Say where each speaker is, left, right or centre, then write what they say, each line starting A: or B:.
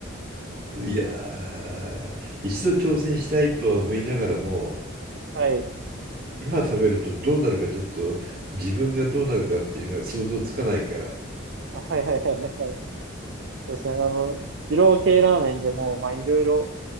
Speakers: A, on the right; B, on the right.
A: いやー、一度挑戦したいとは思いながらも、
B: はい。
A: 今食べるとどうなるかちょっと自分がどうなるかっていうのが想像つかないから。
B: <laughs> あ、はい、はい、はいはい。そうですね、あの、二郎系ラーメンでも、まあ、いろいろ